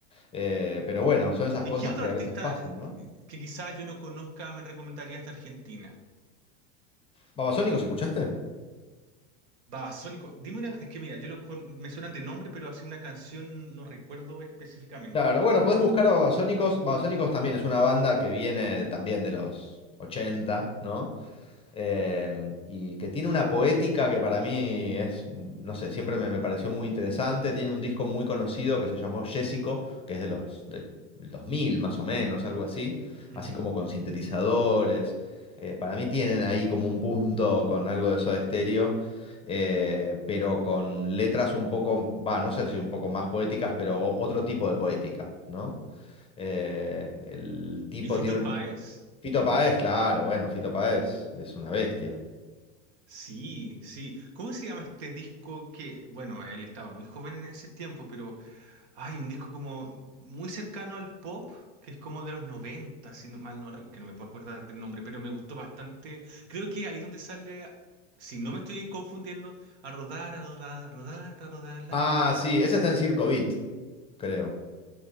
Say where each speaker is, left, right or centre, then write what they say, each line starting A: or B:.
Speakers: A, on the left; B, on the right.
A: Eh, pero bueno, son esas
B: ¿Y
A: cosas
B: qué otro
A: que
B: artista
A: a veces pasan, ¿no?
B: que, que quizás yo no conozca me recomendarías de Argentina?
A: ¿Babasónicos escuchaste?
B: Babasónico, dime una, es que mira, yo lo con- me suenan de nombre, pero así una canción no recuerdo específicamente.
A: Claro, bueno, podés buscar a Babasónicos. Babasónicos también es una banda que viene también de los 80, ¿no? eh, y que tiene una poética que para mí es, mm, no sé, siempre me, me pareció muy interesante. Tiene un disco muy conocido que se llamó Jessico, que es de los de, del 2000 más o menos, algo así,
B: Ujú.
A: así como con sintetizadores. Eh, para mí tienen ahí como un punto con algo de Soda Stereo. eh, pero con letras un poco, va, no sé si un poco más poéticas, pero o- otro tipo de poética, ¿no? Eh, el tipo
B: ¿Y Fito
A: tiene un...
B: Páez?
A: Fito Páez, claro, bueno, Fito Páez es una bestia.
B: Sí, sí. ¿Cómo se llama este disco que, bueno, él estaba muy joven en ese tiempo, pero hay un disco como muy cercano al pop, que es como de los 90, si no mal no recuerdo, que no me puedo acordar del nombre, pero me gustó bastante. Creo que ahí donde sale, si no me estoy confundiendo, a rodar, a rodar, a rodar, a rodar la
A: Ah,
B: vida.
A: sí, ese
B: ¿Ese?
A: está en Circo Beat, creo.